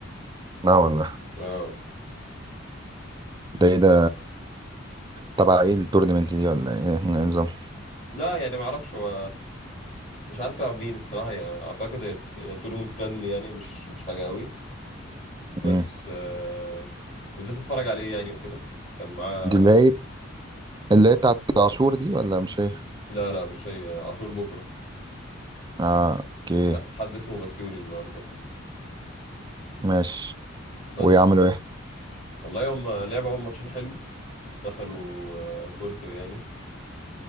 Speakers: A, on the right; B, on the left.
A: لا والله
B: اه
A: ده إيه ده تبع إيه التورنمنت دي ولا إيه إيه النظام؟
B: لا يعني ما اعرفش هو مش عارف تلعب مين الصراحه يعني اعتقد هي يعني تورنمنت فريندلي يعني مش مش حاجه قوي بس
A: مم.
B: آه، نزلت اتفرج عليه يعني وكده كان معاه
A: دي اللي
B: أخ-
A: هي اللي هي بتاعت العاشور دي ولا مش هي؟
B: لا لا مش هي عاشور بكره
A: اه اوكي
B: لا حد اسمه بسيوني النهارده
A: ماشي
B: بس
A: ويعملوا ايه
B: والله هم لعبوا اول ماتشين حلو دخلوا آه، كورتر يعني